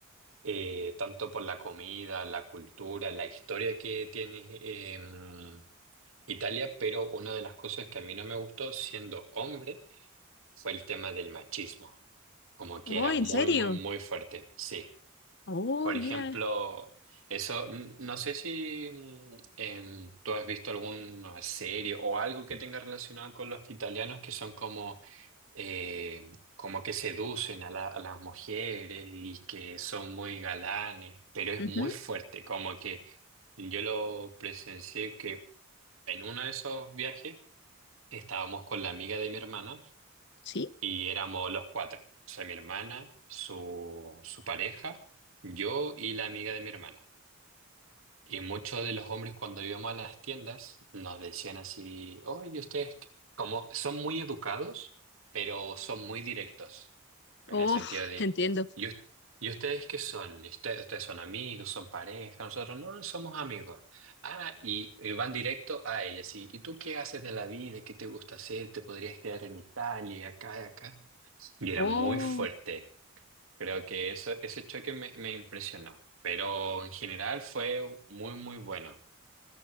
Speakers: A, on the right (about 75°); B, on the left (about 55°).
A: eh, tanto por la comida, la cultura, la historia que tiene em, Italia, pero una de las cosas que a mí no me gustó siendo hombre fue el tema del machismo, como que
B: oh,
A: era
B: ¿en
A: muy,
B: serio?
A: muy, muy fuerte, sí.
B: Oh,
A: Por
B: mira.
A: ejemplo, eso, mm, no sé si mm, em, tú has visto alguna serie o algo que tenga relacionado con los italianos que son como, eh, como que seducen a la- a las mujeres y que son muy galanes, pero es
B: Ujú,
A: muy fuerte, como que yo lo presencié que en uno de esos viajes, Estábamos con la amiga de mi hermana
B: Sí.
A: y éramos los cuatro. O sea, mi hermana, su, su pareja, yo y la amiga de mi hermana. Y muchos de los hombres cuando íbamos a las tiendas nos decían así, oye, ustedes qué-". como son muy educados, pero son muy directos, en
B: Oh,
A: el sentido de,
B: entiendo.
A: ¿y, us- y ustedes qué son? ¿Ustedes, ustedes son amigos, son pareja? Nosotros no somos amigos. Ah, y, y van directo a ella, así, ¿y tú qué haces de la vida? ¿Qué te gusta hacer? ¿Te podrías quedar en Italia, acá, y acá? Y era
B: Oh.
A: muy fuerte. Creo que eso, ese choque me, me impresionó, pero en general fue muy, muy bueno.